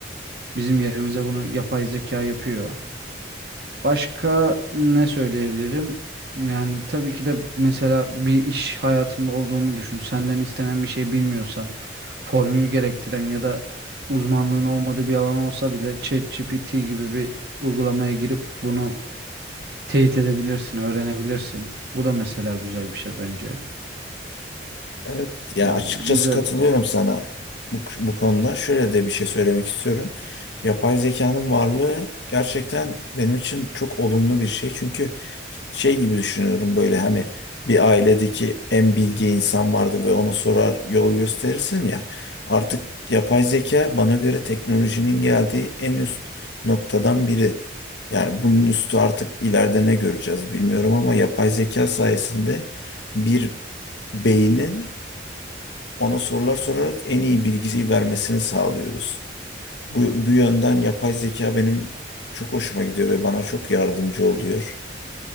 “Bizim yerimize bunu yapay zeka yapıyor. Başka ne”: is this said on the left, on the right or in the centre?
Right